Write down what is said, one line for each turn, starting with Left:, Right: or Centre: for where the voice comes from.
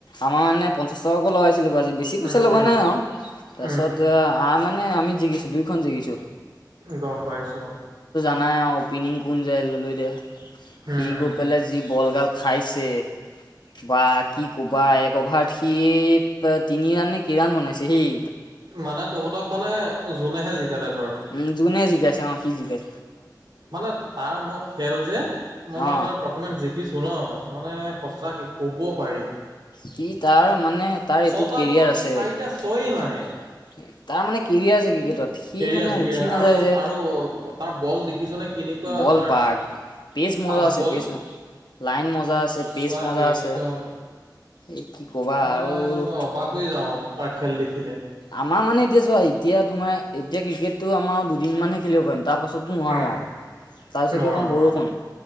Left: আমাৰ মানে পঞ্চাছ টকাকৈ লগাইছিলোঁ বাজি, বেছি পইচা
Right: উম
Left: লগোৱা
Right: উম
Left: নাই আৰু তাৰপিছতে
Right: উম
Left: আম মানে নে, আমি জিকিছোঁ দুইখন জিকিছোঁ।
Right: গম পাইছোঁ।
Left: নাই আৰু অপিনিং কোন যায় লৈ দে,
Right: উম,
Left: সি গৈ পেলাই যি বল গাল খাইছে। বা কি ক'বা, এক অভাৰত সি তিনি ৰাণনে, কেই ৰাণ বনাইছে হেই
Right: মানে তুহঁতক মানে জোনেহে‌ জিকালে ধৰ।
Left: উম যোনে জিকাইছে অ সি জিকাই
Right: মানে তাৰ মই খেল যে, মই মানে
Left: অ
Right: তাৰ পাৰফমেঞ্চ দেখি চো, ন' মানে সঁচাকে ক'ব পাৰি।
Left: কি তাৰ মানে, তাৰ এইটোত
Right: ছটা
Left: কেৰিয়াৰ
Right: বলৰ সি
Left: আছে
Right: চাৰিটা ছয়েই মাৰে।
Left: তাৰ মানে কেৰিয়াৰ আছে ক্ৰিকেটত। সি
Right: কেৰিয়াৰ
Left: মানে
Right: আছে কেৰিয়াৰ
Left: উঠি নাযায়
Right: আৰু
Left: যে
Right: আৰু তাৰ বল দেখিছনে কেনেকুৱা
Left: বল
Right: তাৰ
Left: বা, পেছ
Right: ফাষ্ট
Left: মজা আছে
Right: বল
Left: পেচ ম লাইন মজা আছে, পেচ
Right: সঁচাকে
Left: মজা আছে।
Right: একদম
Left: এই কি ক'বা
Right: মানে
Left: আৰু
Right: মই অবাস হৈ যাওঁ। তাৰ খেল দেখি।
Left: আমাৰ মানে এতিয়া চোৱা এতিয়া তোমাৰ এতিয়া ক্ৰিকেটটো আমাৰ দুদিন মানহে খেলিব পাৰিম তাৰপাছতো নোৱাৰোঁ
Right: উম,
Left: আৰু। তাৰপিছত
Right: নোৱাৰো
Left: কি কওঁ
Right: নোৱাৰো
Left: বৰষুণ।